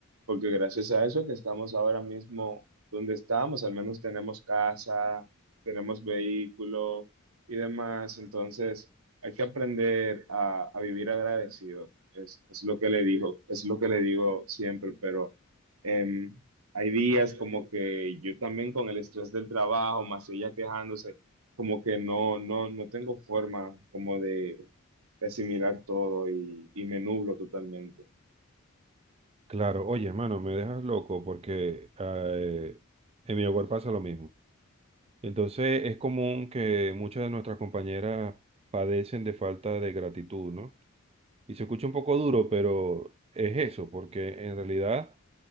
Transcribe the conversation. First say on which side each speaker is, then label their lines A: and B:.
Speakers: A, on the right; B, on the right.
A: porque gracias a eso que estamos ahora mismo donde estamos, al menos tenemos casa, tenemos vehículo y demás, entonces hay que aprender a, a vivir agradecido. Es, es, lo que le digo, es lo que le digo siempre, pero em, hay días como que yo también con el estrés del trabajo, más ella quejándose, como que no, no, no tengo forma como de, de asimilar todo y, y me nublo totalmente.
B: Claro, oye, hermano, me dejas loco porque ah, eh, en mi hogar pasa lo mismo. Entonces es común que muchas de nuestras compañeras padecen de falta de gratitud, ¿no? Y se escucha un poco duro, pero es eso, porque en realidad